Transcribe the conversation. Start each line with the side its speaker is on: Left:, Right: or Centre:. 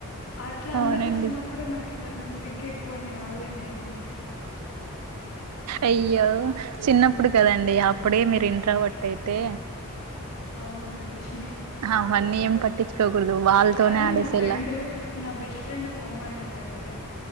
Left: అట్లా
Right: అవునండి
Left: అందరు చూస్తున్నప్పుడు మా ఇ నకు కొంచెం సిగ్గేకువనే ర్యాలీ మేం ఏ తీసినం
Right: అయ్యో చిన్నప్పుడు కదండి అప్పుడే మీరు ఇంట్రోవర్ట్ అయితే
Left: అవునండి విశేష్
Right: అవన్నీ ఏం పట్టించుకోకూడదు వాళ్ళతోనే
Left: కానీ
Right: ఆడేసేలా
Left: మా ఫ్రెండు నా బెస్ట్ ఫ్రెండ్ ఒక అమ్మాయి ఉందండ్ నేయర్